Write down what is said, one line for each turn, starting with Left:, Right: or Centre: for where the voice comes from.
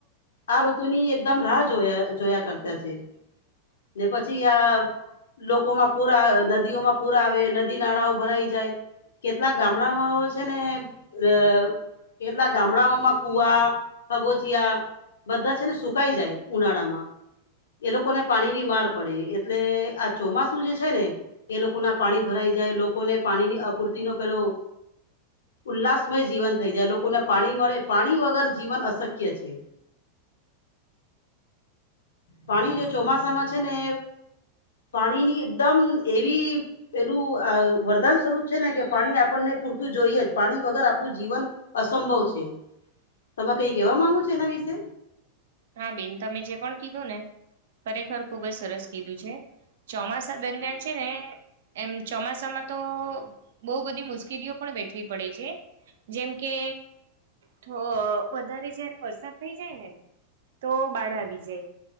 Left: આ ઋતુની એકદમ રાહ જોયા- જોયા કરતા છે. ને પછી આ લોકોમાં પૂર આવે, નદીઓમાં પૂરા આવે નદી નાળાઓ ભરાઈ જાય. કેટલાક ગામડામાંઓ છે ને અ કેટલા ગામડાઓમાં કુવા, ખબોચિયા બધા છે ને સુકાઈ જાય ઉનાળા માં. એ લોકો ને પાણી ની માર પડે એટલે આ ચોમાસું જે છે ને. એ લોકો ના પાણી ભરાઈ જાય. લોકોને પાણીની અપૂર્તિ ન પેલો ઉલ્લાસમય જીવન થઈ જાય. લોક લોકોને પાણી મળે, પાણી વગર જીવન અશક્ય છે. પાણી જો ચોમાસામાં છે ને પાણીની એકદમ એવી પેલું અ વરદાન સ્વરૂપ છે ને કે પાણી આપણને પૂરતું જોઈએ જ. પાણી વગર આપણું જીવન અસંભવ છે. તમે કઈ કેવા માંગો છો એના વિશે?
Right: હા, બેન તમે જે પણ કીધું ને, ખરેખર ખુબ જ સરસ કીધું છે. ચોમાસા દરમિયાન છે ને એમ ચોમાસામાં તો. બઉ બધી મુશ્કેલીઓ પણ વેઠવી પડે છે, જેમ કે થો, વધારે જયારે વરસાદ થઇ જાય ને. તો બાઢ આવી જાય